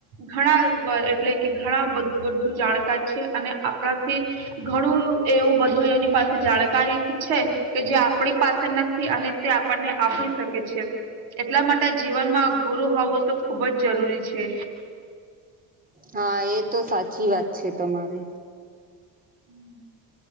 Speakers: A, on the right; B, on the right.
A: ઘણા એટલે કે ઘણા બ બ જાણકાર છે અને આપણાથી ઘણું એવું બધું એની પાસે જાણકારી છે કે જે આપણી પાસે નથી અને તે આપણને આપી શકે છે એટલા માટે જીવનમાં ગુરુ હોવું તો ખુબ જ જરૂરી છે.
B: હા એ તો સાચી વાત છે તમારી
A: હમ